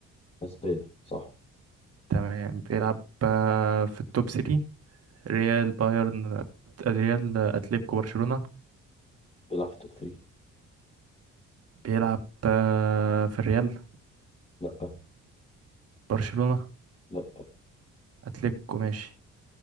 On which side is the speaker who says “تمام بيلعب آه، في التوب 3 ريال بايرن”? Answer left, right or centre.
Right